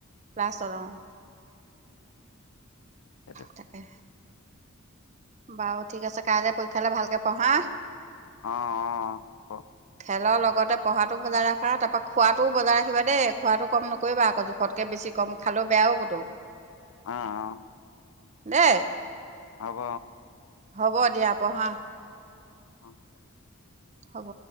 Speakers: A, on the right (about 35°); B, on the left (about 80°).
A: প্লাছৰ
B: সেইটো।
A: তাকে বাও ঠিক আছে কাইলে পৰীক্ষালৈ ভালকে পঢ়া
B: অ' অ' ক
A: খেলৰ লগতে পঢ়াটো বজাই ৰখা তাৰপা খোৱাটোও বজাই ৰাখিবা দেই খোৱাটো কম নকৰিবা আকৌ জোখতকৈ বেছি কম খালেও বেয়া হ'বতো
B: অ' অ'
A: দে
B: হ'ব
A: হ'ব। দিয়া বঢ়া।
B: অঁ।
A: হ'ব।